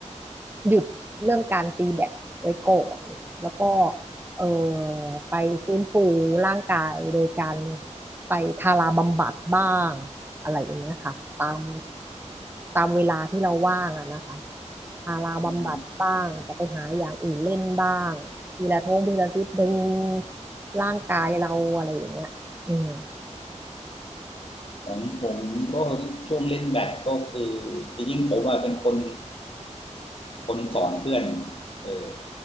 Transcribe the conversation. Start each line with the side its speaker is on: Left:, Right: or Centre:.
Right: หยุดเรื่องการตีแบตไว้ก่อนแล้วก็เออไปฟื้นฟูร่างกายโดยการไปทาราบำบัดบ้างอะไรอย่างเงี้ยค่ะตามตามเวลาที่เราว่างอะนะคะทาราบำบัดบ้างจะไปหาอย่างอื่นเล่นบ้างทีละท่วงทีละทิศดึง
Left: อืม
Right: ร่างกายเราอะไรอย่างเงี้ยอืม
Left: ของผมก็ช่วงเล่นแบดก็คือจริงๆผมอะเป็นคนคนสอนเพื่อนเออ